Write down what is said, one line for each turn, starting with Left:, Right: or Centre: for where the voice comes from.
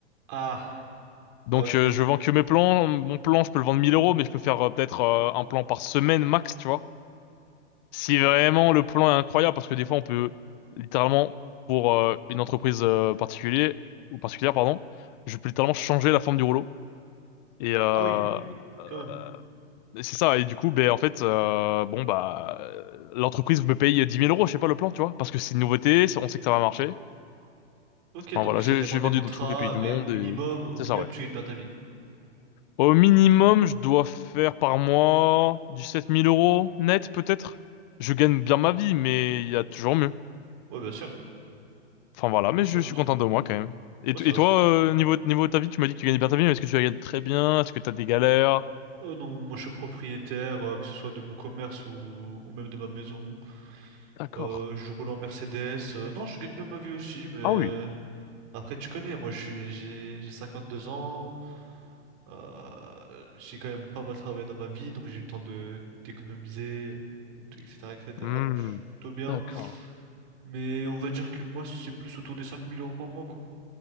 Right: Ah,
Left: Donc
Right: ah ok.
Left: euh, je vends que mes plans. Mon plan, je peux le vendre 1000 euros, mais je peux faire euh, peut-être euh, un plan par semaine max, tu vois. Si
Right: Ok,
Left: vraiment
Right: donc-
Left: le plan est incroyable, parce que des fois on peut littéralement, pour euh, une entreprise euh, particulière, ou particulière, pardon, je peux littéralement changer la forme du rouleau. Et euh,
Right: Ah oui,
Left: euh,
Right: quand même.
Left: et c'est ça, et du coup, ben en fait, euh, bon bah euh, l'entreprise me paye 10 000 euros, je sais pas le plan, tu vois, parce que c'est une nouveauté, on sait que ça va marcher.
Right: Ok, donc
Left: Enfin voilà,
Right: ça
Left: j'ai
Right: dépend
Left: j'ai
Right: des
Left: vendu
Right: contrats,
Left: dans tous les pays du
Right: mais
Left: monde
Right: au minimum,
Left: et
Right: au
Left: c'est
Right: minimum,
Left: ça, ouais.
Right: tu gagnes bien ta vie.
Left: Au minimum, je dois faire par mois du 7 000 euros net peut-être. Je gagne bien ma vie, mais il y a toujours mieux.
Right: Ouais, bien sûr,
Left: Enfin voilà, mais
Right: bien sûr,
Left: je suis
Right: bien sûr.
Left: content de moi quand même. Et,
Right: Ouais,
Left: t-
Right: ça
Left: et
Right: reste
Left: toi,
Right: quelque
Left: euh,
Right: chose.
Left: niveau, niveau de ta vie, tu m'as dit que tu gagnais bien ta vie, mais est-ce que tu la gagnes très bien? Est-ce que t'as des galères?
Right: Oh non, moi je suis propriétaire, euh, que ce soit de mon commerce ou, ou même de ma maison.
Left: D'accord.
Right: Euh, je roule en Mercedes. Euh, non, je gagne bien ma vie aussi, mais...
Left: Ah oui.
Right: Après, tu connais, moi, je suis, j'ai, j'ai 52 ans. euh, j'ai quand même pas mal travaillé dans ma vie, donc j'ai eu le temps de d'économiser, et tout, etc., etc.
Left: Hmm.
Right: Donc, je suis plutôt bien.
Left: D'accord.
Right: Mais on va dire que moi, c'est plus autour des cinq mille euros par mois, quoi.